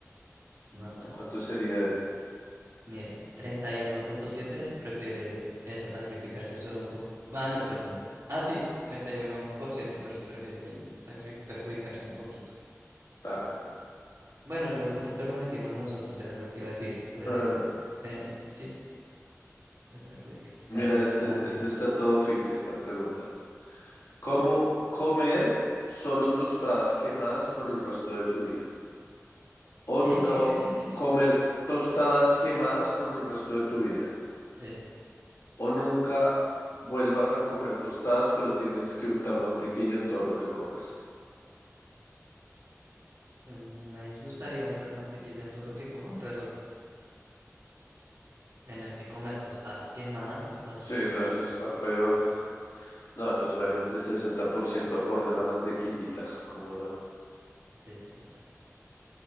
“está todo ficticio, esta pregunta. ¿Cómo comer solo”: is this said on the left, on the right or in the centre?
Left